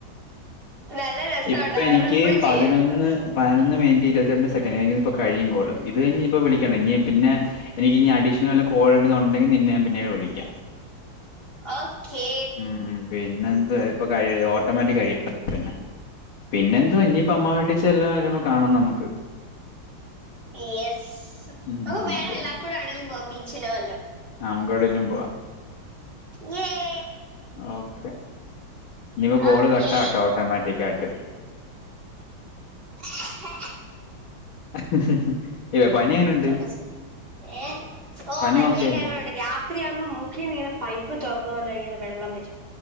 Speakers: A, on the right (about 25°); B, on the left (about 80°).
A: നല്ല രസമുണ്ടായിരുന്നു
B: ഇപ്പൊ എനിക്ക്
A: അവിടെ എപ്പോഴും
B: പതിനൊന്ന്
A: ചെയ്യായിരുന്നു
B: പതിനൊന്ന്മിനിറ്റ് ഇരുപത്തിരണ്ട് സെക്കൻറ് എങ്കിലിത് ഇപ്പോകഴിയും കോള് ഇത് ഇനി ഇപ്പോ വിളിക്കണ്ട ഇനി പിന്നെ എനിക്ക് ഇനി അഡീഷണൽ കോൾ ഉണ്ടെങ്കിൽ നിന്ന ഞാൻ പിന്നീട് വിളിക്കാ
A: ഓക്കേ
B: ഉം പിന്നെ എന്ത് ഇപ്പ കഴിയും ഓട്ടോമാറ്റിക്കായി കഴിയ പിന്നെ പിന്നെ എന്തുവാ ഇനിപ്പ അമ്മാ വീട്ടിൽ ചെല്ല <unintelligible> കാണാം നമുക്ക്
A: യസ്
B: മ്മ്.
A: നമുക്ക് വേറെ
B: പി
A: എല്ലാ കൂടെ എവിടെയെങ്കിലും പോവാൻ ബീച്ചിലോ വല്ലോ
B: നമുക്ക് എവിടെയെങ്കിലും പോവാ
A: ങ്ങേ
B: ഓക്കെ ഇനിപ്പോ കോള്
A: ഓക്കെ
B: കട്ടാവട്ടെ ഓട്ടോമാറ്റികായിട്ട്
A: <unintelligible>
B: ഉ <unintelligible> അയ്യോ പനി എങ്ങനെയുണ്ട്
A: ചുമച്ച് എ
B: പനി
A: പനിയൊക്കെ
B: ഓക്കെ അല്ലേ?
A: അങ്ങനെയൊക്കെ ഉണ്ട് രാ ത്രിയാകുമ്പോൾ മൂക്കിൽ നിന്നും പൈപ്പ് തുറന്ന പോല്ലോ ഇങ്ങനെ വെള്ളം വരും